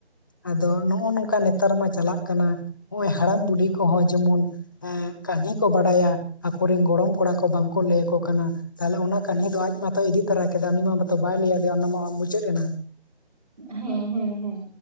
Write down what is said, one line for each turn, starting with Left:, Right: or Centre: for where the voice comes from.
Left: ᱟᱫᱚ ᱱᱚᱜᱼᱚ ᱱᱚᱝᱠᱟ ᱱᱮᱛᱟᱨ ᱢᱟ ᱪᱟᱞᱟᱜ ᱠᱟᱱᱟ ᱱᱚᱜ-ᱚᱭ ᱦᱟᱲᱟᱢ ᱵᱩᱰᱷᱤ ᱠᱚᱦᱚᱸ ᱡᱮᱢᱚᱱ ᱮᱸ ᱠᱟᱹᱦᱱᱤ ᱠᱚ ᱵᱟᱰᱟᱭᱟ ᱟᱠᱚ ᱨᱤᱱ ᱜᱚᱲᱚᱢ ᱠᱚᱲᱟ ᱠᱚ ᱵᱟᱝᱠᱚ ᱞᱟᱹᱭ ᱟᱠᱚ ᱠᱟᱱᱟ, ᱛᱟᱦᱮᱞᱮ ᱚᱱᱟ ᱠᱟᱹᱱᱦᱤ ᱫᱚ ᱟᱡ ᱢᱟᱛᱚ ᱤᱫᱤ ᱛᱟᱨᱟ ᱠᱮᱫᱟ, ᱩᱱᱤᱢᱟ ᱢᱟᱛᱚ ᱵᱟᱭ ᱞᱟᱹᱭ ᱟᱫ ᱫᱮᱭᱟ ᱚᱱᱟ ᱢᱟ ᱢᱩᱪᱟᱹᱫ ᱮᱱᱟ᱾
Right: ᱩᱸᱜ, ᱦᱮᱸ ᱦᱮᱸ ᱦᱮᱸ᱾